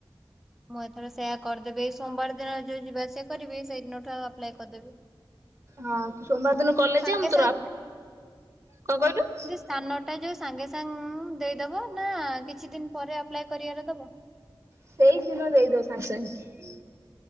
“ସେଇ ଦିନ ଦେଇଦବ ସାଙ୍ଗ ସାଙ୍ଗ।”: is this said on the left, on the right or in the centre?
Right